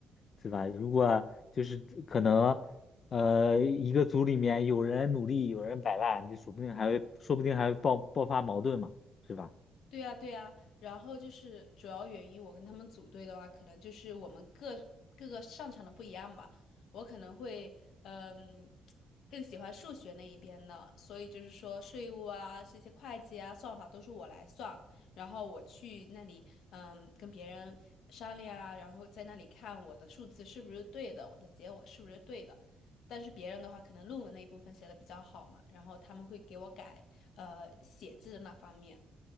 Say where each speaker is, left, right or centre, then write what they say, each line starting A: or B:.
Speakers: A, on the left; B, on the left.
A: 对吧？如果就是可能，呃，一个组里面有人努力，有人摆烂，这说不定还会，说不定还会爆爆发矛盾嘛，是吧？
B: 对呀，对呀，然后就是主要原因，我跟他们组队的话，可能就是我们各各个擅长的不一样吧。我可能会，嗯，更喜欢数学那一边的，所以就是说税务啊，这些会计啊，算法都是我来算，然后我去那里，嗯，跟别人商量啊，然后在那里看我的数字是不是对的，我的结果是不是对的。但是别人的话，可能论文那一部分写的比较好嘛，然后他们会给我改，呃，写字的那方面。